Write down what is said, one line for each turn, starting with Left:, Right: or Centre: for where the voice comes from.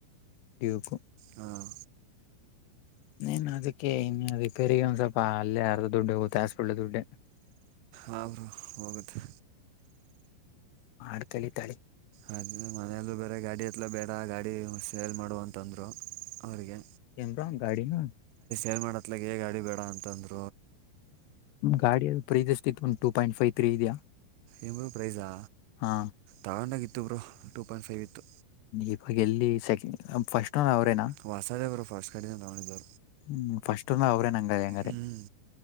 Left: ಡ್ಯೂಕ್ಕು
Right: ಹಾಂ
Left: ನೀನ್ ಅದಕ್ಕೆ ಇನ್ನು ರಿಪೇಗ ಒಂದ್ ಸ್ವಲ್ಪ ಅಲ್ಲೇ ಅರ್ದ ದುಡ್ಡು ಹತಾಯಿಸಬೊಳ್ಳೆ ದುಡ್ಡ
Right: ಹಾಬ್ರು ಹೋಗುತ್ತೆ
Left: ಮಾಡಡ್ ಕಲಿತಾಳೆ
Right: ಅ ಮನೆಯಲ್ಲ ಬೇರೆ ಗಾಡಿ ಎತ್ಲ ಬೇಡ ಗಾಡಿ ಸೇಲ್ ಮಾಡುವ ಅಂತಂದ್ರು ಅವ್ರಿಗೆ
Left: ಕೆಮ್ರ ಗಾಡಿ ನ
Right: ೇಲ್ ಮಾಡತ್ತಲಾಗ ೇ ಗಡಿ ಬೇಡ ಅಂತಂದು
Left: ಗಾಡಿ ಪ್ರೀದಷ್ಟ ಇತ್ತು ಒಂದ್ ಟೂ ಪಾಯಿಂಟ್ ಫೈವ್ ತ್ರೀ ಇದೆಯಾ
Right: ಇರು ಪ್ರೈಸಾ
Left: ಹಾ
Right: ತಗೊಂಡಾಗ ಇತ್ತು ಬರು ಟೂ ಪಾಯಿಂಟ್ ಫೈವ್ ಇತ್ತು
Left: ಇವಾಗ್ ಎಲ್ಲಿ ಸೆಕೆಂಡ್ ಫಸ್ಟ್ ಓನರ್ ಅವ್ರೇನಾ
Right: ವಾಸಾ ದೇವರು ಫಸ್ಟ್ ಕಡೆನ ನೋಡಿದು
Left: ಹ್ಮ್ ಫಸ್ಟ್ಂದ ಅವ್ರೇ ನಂಗೆ ಹಂಗಾರೆ
Right: ಹ್ಞೂ